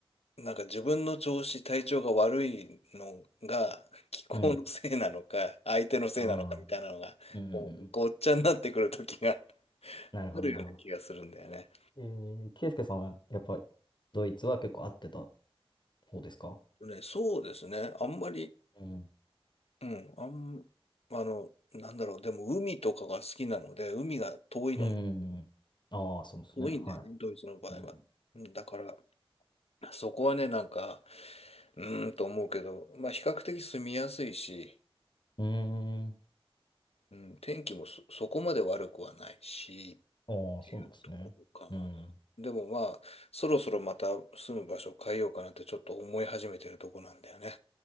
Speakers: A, on the left; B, on the left.
A: う、なんか自分の調子、体調が悪いのが、気候のせいなのか、
B: うん。
A: 相手のせいなのかみたいなのが、
B: うん。うんうんうん。
A: こうごっちゃになってくる時が
B: なるほど、
A: あるような気がするんだよね。
B: なるほど。えー、ケイスケさんはやっぱりドイツは結構合ってた方ですか
A: ね、そうですね。あんまり、
B: うん。
A: うん、あん、あの、なんだろう、でも海とかが好きなので、海が遠いのに、
B: うんうんうん。ああ、そうですね。
A: 遠いんだよね、
B: は
A: ドイツの場合は。
B: い。うん。
A: うんだから、そこはね、なんか、うーんと思うけど、まあ、比較的住みやすいし、
B: うーん。
A: うん、天気もそ、そこまで悪くはないし、
B: ああ、
A: っていうところかな。
B: そうなんですね。うん。
A: でもまあ、そろそろまた住む場所を変えようかなってちょっと思い始めてるとこなんだよね。